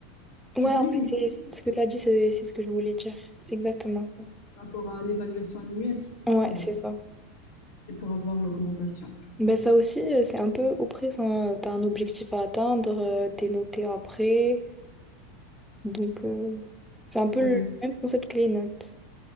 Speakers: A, in the centre; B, on the left.
A: Ouais,
B: tu connais
A: en
B: des métiers
A: fait, c'est ce que tu as dit, c'est c'est ce que je voulais dire. C'est exactement ça.
B: par rapport à l'évaluation annuelle?
A: Ouais,
B: Bon,
A: c'est ça.
B: c'est pour avoir l'augmentation.
A: Ben ça aussi, euh, c'est un peu oppressant. Tu t'as un objectif à atteindre, euh, t'es noté après. Donc, euh, c'est un peu
B: Oui,
A: le même concept que les notes.